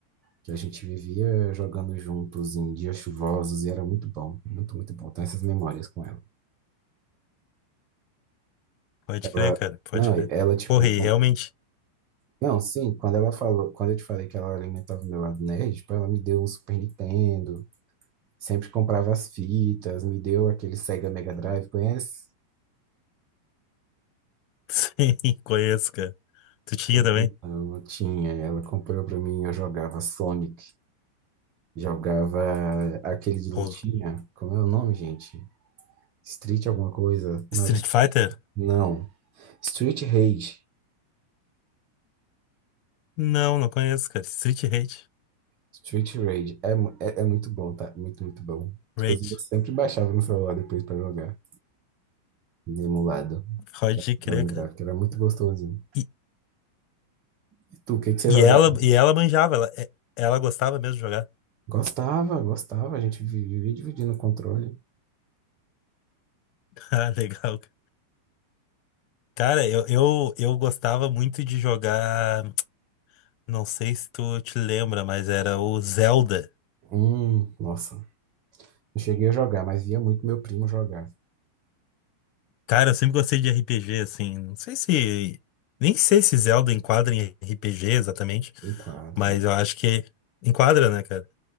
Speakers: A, on the right; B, on the left.
A: que a gente vivia jogando juntos em dias chuvosos e era muito bom, muito, muito bom. Tenho essas memórias com ela.
B: Pode
A: Ela,
B: crer, cara, pode
A: não,
B: crer.
A: ela, tipo,
B: Porra, e
A: com-
B: realmente,
A: não, sim, quando ela falou, quando eu te falei que ela alimentava o meu lado nerd, tipo, ela me deu um Super Nintendo, sempre comprava as fitas, me deu aquele Sega Mega Drive, conhece?
B: <laughs> sim, conheço, cara. Tu tinha
A: Pois
B: também?
A: então, eu tinha, ela comprou pra mim, eu jogava Sonic, jogava aquele de
B: Pô,
A: lutinha, como é o nome, gente? Street alguma coisa? Não,
B: Street
A: era Street-
B: Fighter?
A: não. Street Rage.
B: Não, não conheço, cara. Street Rage.
A: Street Rage. É, mu- é, é muito bom, tá? Muito, muito bom.
B: Rage.
A: Inclusive, eu sempre baixava no celular depois pra jogar, emulado,
B: Pode crer,
A: pra lembrar,
B: cara.
A: porque era muito gostosinho.
B: E,
A: E tu, o que que você
B: e
A: jogava?
B: ela, e ela manjava, ela, é- ela gostava mesmo de jogar.
A: Gostava, gostava, a gente vi- vivia dividindo o controle.
B: <laughs> Ah, legal. cara. Cara, eu, eu, eu gostava muito de jogar. Não sei se tu te lembra, mas era o Zelda.
A: Hum, nossa. Não cheguei a jogar, mas via muito meu primo jogar.
B: Cara, eu sempre gostei de RPG, assim. Não sei se. Nem sei se Zelda enquadra em RPG exatamente,
A: Enquadra.
B: mas eu acho que enquadra, né, cara?